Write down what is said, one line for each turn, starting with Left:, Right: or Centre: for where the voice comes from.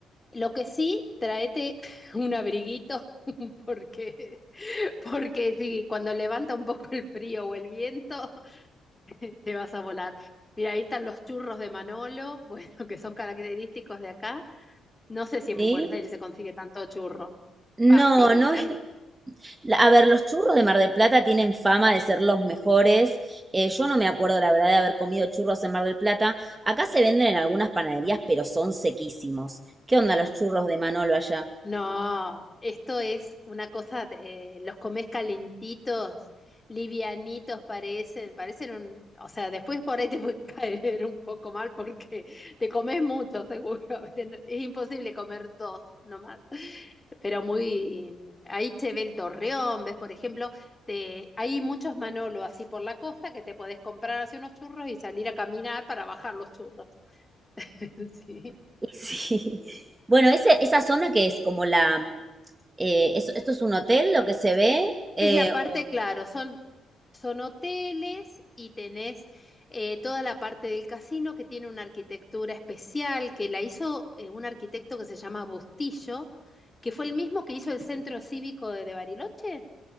Left: Lo que sí, tráete <laughs> un abriguito <laughs> porque, porque si cuando levanta un poco el frío o el viento, <laughs> te vas a volar. Mira, ahí están los churros de Manolo, bueno, <laughs> que son característicos de acá. No sé si
Right: ¿sí?
Left: en Buenos Aires se consigue tanto churro. Va,
Right: No,
Left: sí,
Right: no. es- la- A ver, los churros de Mar del Plata tienen fama de ser los mejores. Eh, yo no me acuerdo, la verdad, de haber comido churros en Mar del Plata. Acá se venden en algunas panaderías, pero son sequísimos. ¿Qué onda los churros de Manolo allá?
Left: No, esto es una cosa, eh, los comes calentitos, livianitos parecen, parecen un, o sea, después por ahí te puede <laughs> caer un poco mal porque te comes mucho, seguro. <laughs> Es imposible comer dos nomás. Pero muy, mm, ahí se ve el Torreón, ves, por ejemplo, te, hay muchos Manolo así por la costa que te podés comprar así unos churros y salir a caminar para bajar los churros. <laughs> Sí.
Right: <laughs> Sí. Bueno, ese, esa zona que es como la... mm, eh, es- esto es un hotel, lo que se ve. eh,
Left: Es la parte,
Right: o-
Left: claro, son, son hoteles y tenés eh, toda la parte del casino que tiene una arquitectura especial que la hizo eh, un arquitecto que se llama Bustillo, que fue el mismo que hizo el Centro Cívico de, de Bariloche.